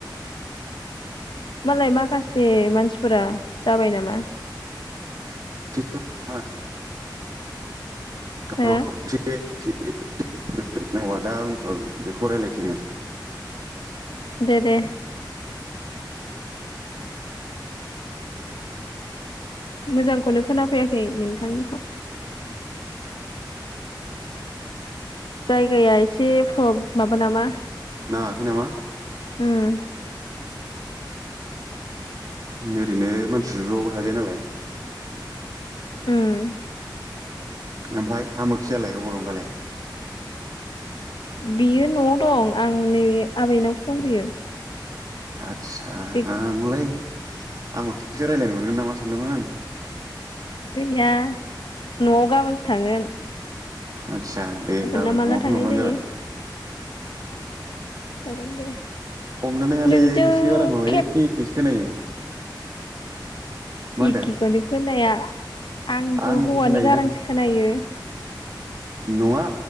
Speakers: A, on the left; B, on the right.
A: मालाय माखासे मानसिफोरा जाबाय नामा?
B: <unintelligible> <unintelligible> <unintelligible>
A: हो
B: दा उनफ्राव बेखौ रायलायफिनगोन।
A: देदे। मोजांखौनो खोनाफैयाखै नोंथांनिखौ। जायगाया एसे प्र माबा नामा?
B: हायाखै नामा?
A: उम।
B: ओरैनो मानसि ज थाजाया नालाय
A: उम।
B: ओमफ्राय आमोखियालाय अबाव दं दालाय?
A: बियो नआव दं। आं नैबे आबैनावसो दंफैयो।
B: आदसा
A: बे
B: आंलाय आमोखि जोंसो रायज्लायनो मोनगोन नामा सानदोंमोन।
A: गैया। न'आव गाबोनसो थांगोन।
B: आदसा दे गाबोन
A: ना माला
B: थांबा
A: थांनाय
B: फन हरबानो
A: जायो
B: जाबाय।
A: जागोन दे।
B: हमनानै हायालै
A: नोंजों
B: नोंसिनि गारांखौ
A: खेब
B: एखे एखेसो खोनायो। <inaudible> मा होनदों
A: इखेखौनो खोनाया। आंनिखौ
B: आं
A: हौवानि
B: एखे खोनायोना
A: गारांसो खोनायो।
B: नङा